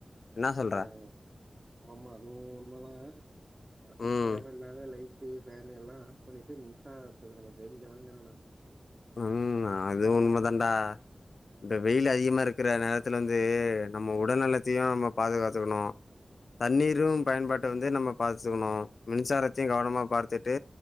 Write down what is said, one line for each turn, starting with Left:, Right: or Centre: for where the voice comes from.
Left: என்னா சொல்ற?
Right: உ ஆமாமா அதுவு உண்மதா அதெல்லா
Left: ம்.
Right: தேவ இல்லாத லைட்டு ஃபேனு எல்லா ஆஃப் பண்ணிட்டு மின்சாரத்துக்கு நம்ம சேமிக்கலாங்கற நா
Left: ம் அது உண்ம தாண்டா இந்த வெயில் அதிகமா இருக்கிற நேரத்துல வந்து நம்ம உடல்நலத்தயு நம்ம பாதுகாத்துக்கணு பாதுகாத்துக்கணும் தண்ணீரூ பயன்பாட்ட வந்து நம்ம பாச்க்கணு மின்சாரத்தயு கவனமா பார்த்துட்டு